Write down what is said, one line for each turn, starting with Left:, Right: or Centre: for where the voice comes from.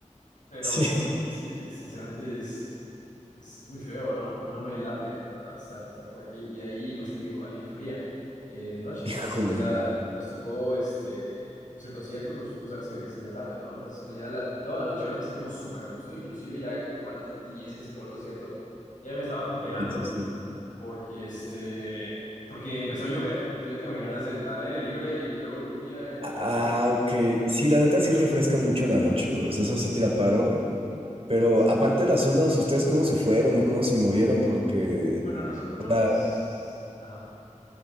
Left: pero
Right: sí,
Left: es que, sinceramente, es, es muy feo, ¿no? No me late, la verdad, estar, estar por aquí. Y ahí, pues te digo, ahí enfría eh, de noche.
Right: <laughs>
Left: Entonces,
Right: Híjole.
Left: pues ya nos tocó, este, pues el concierto, pues tú sabes que empiezan ya tarde, ¿no? Entonces, pues ya la- toda la noche me la pasé como súper a gusto. Inclusive ya como a las 10 que se acabó el concierto, ya me estaba congelando
Right: sí, sí, sí.
Left: porque este, porque empezó a llover, entonces ya te imaginarás eh, al aire libre y luego lluvia y luego
Right: Ah,
Left: frío.
Right: ok. Sí, la neta sí refresca mucho en la noche, güey. O sea, eso sí te la paro. Pero
Left: Sí.
Right: aparte de las zonas, ¿ustedes cómo se fueron o cómo se movieron? Porque,
Left: Bueno, nosotros...
Right: o sea,
Left: Ajá.